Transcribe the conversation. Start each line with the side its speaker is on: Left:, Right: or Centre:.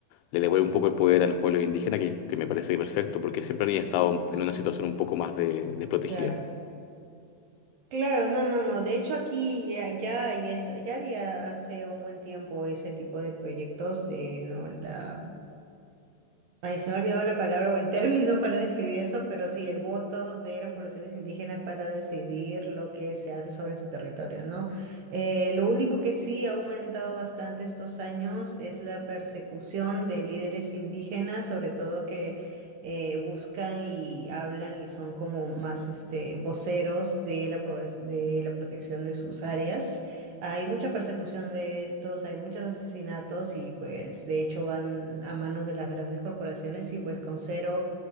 Left: le devuelve un poco el poder a los pueblos indígenas, que, que me parece perfecto, porque siempre han estado en una situación un poco más de, desprotegida.
Right: claro. Claro, no, no, no. De hecho, aquí ya, ya, hay es- ya había hace un buen tiempo ese tipo de proyectos de no la Ay, se me ha olvidado la palabra o el término para describir eso, pero sí, el voto de las poblaciones indígenas para decidir lo que se hace sobre su territorio, ¿no? Eh, lo único que sí ha aumentado bastante estos años es la persecución de líderes indígenas, sobre todo que eh, buscan y hablan y son como más este, voceros de la, poblac- de la protección de sus áreas. Hay mucha persecución de estos, hay muchos asesinatos y pues de hecho van a manos de las grandes corporaciones y pues con cero